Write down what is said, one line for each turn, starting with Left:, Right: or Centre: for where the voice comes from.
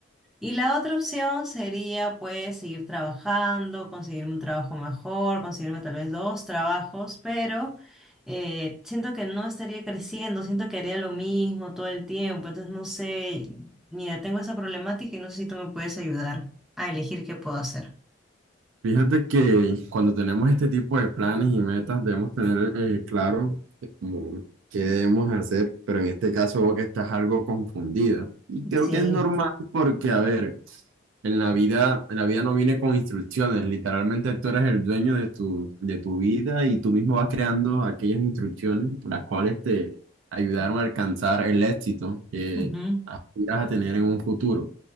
Centre: Y la otra opción sería pues seguir trabajando, conseguirme un trabajo mejor, conseguirme tal vez dos trabajos, pero eh, siento que no estaría creciendo, siento que haría lo mismo todo el tiempo, entonces no sé, mira, tengo esa problemática y no sé si tú me puedes ayudar a elegir qué puedo hacer.
Right: Fíjate que cuando tenemos este tipo de planes y metas debemos tener eh, claro como qué debemos hacer, pero en este caso veo que estás algo confundida. Y creo
Centre: Sí.
Right: que es normal porque, a ver, En la vida, la vida no viene con instrucciones, literalmente tú eres el dueño de tu, de tu vida y tú mismo vas creando aquellas instrucciones las cuales te ayudaron a alcanzar el éxito que
Centre: Ujú,
Right: aspiras a tener en un futuro.